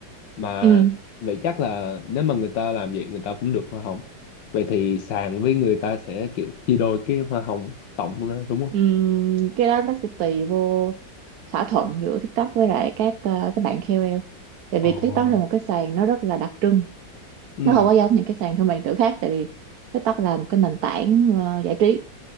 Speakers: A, on the left; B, on the right.
A: mà
B: ừ
A: vậy chắc là nếu mà người ta làm vậy người ta cũng được hoa hồng vậy thì sàn với người ta sẽ kiểu chia đôi cái hoa hồng tổng đó đúng không
B: ừ cái đó nó sẽ tùy vô thỏa thuận giữa TikTok với lại các ờ, các bạn KOL tại vì
A: Ồ.
B: TikTok là một cái sàn nó rất là đặc trưng
A: ừ
B: nó không có giống những cái sàn thương mại điện tử khác tại vì TikTok là một cái nền tảng ờ, giải trí